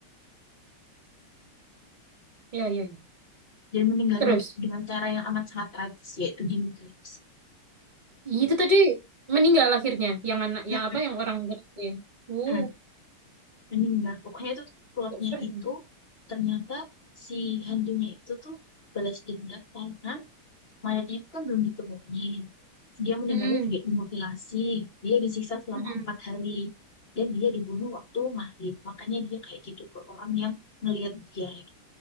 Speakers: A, on the right; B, on the left.
A: Ya, ya, ya.
B: dan meninggalnya
A: Terus?
B: tuh dengan cara yang amat sangat tragis yaitu dimutilasi
A: Itu tadi meninggal akhirnya. Yang anak,
B: <clears throat>
A: yang apa? Yang orang tadi. Uh,
B: mm meninggal pokoknya itu plotnya
A: kok serem.
B: itu ternyata si hantunya itu tuh balas dendam karena Mayatnya itu kan belum ditemuin. Dia meninggalnya
A: Hmm.
B: juga dimutilasi. Dia disiksa selama
A: Hmm.
B: empat hari. Dan dia dibunuh waktu maghrib. Makanya dia kayak gitu ke orang yang ngelihat dia.